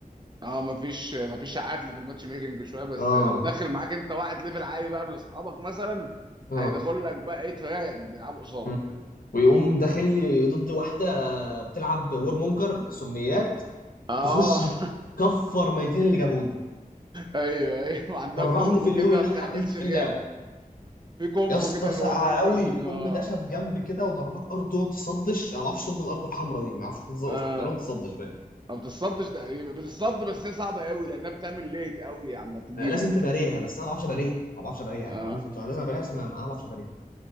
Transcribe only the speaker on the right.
اه مفيش مفيش عدل في الماتش ميكنج شويه بس
لو داخل معاك انت واحد ليفل عالي بقى من اصحابك مثلا
هيدخل لك بقى ايه تران بيلعبوا قصادك
اه
<laughs>
ايوه ايوه وعندها
كومبو
كده
ما
بتعملش
غيره
في كومبو
كده اللي
هو المانجا
دي
اه
اه
ما بتتصدش تقريبا بتتصد بس هي صعبه قوي لانها بتعمل ليت قوي عما تجيلك
اه